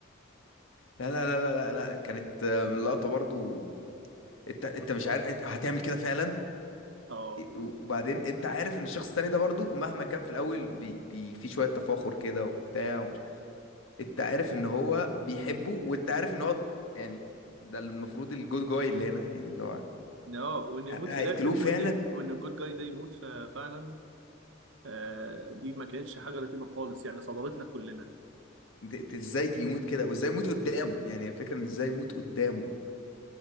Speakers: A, on the left; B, on the right.
A: لا لا لا لا لا, لا. كانت آه، من اللقطة برضو انت انت مش عارف انت هتعمل كده فعلا
B: اه
A: وبعدين انت عارف ان الشخص التاني ده برضو مهما كان في الاول بي... بي... في شوية تفاخر كده وبتاع انت عارف ان هو بيحبه وانت عارف ان هو يعني ده المفروض الجود جاي اللي هنا يعني اللي هو
B: اه وان يموت
A: ه- هيقتلوه
B: في الاخر وان
A: فعلا
B: وان الجود جاي ده يموت ففعلا آه دي ما كانتش حاجه لطيفه خالص يعني صدمتنا كلنا
A: انت انت ازاي يموت كده وازاي يموت قدامه يعني الفكره ان ازاي يموت قدامه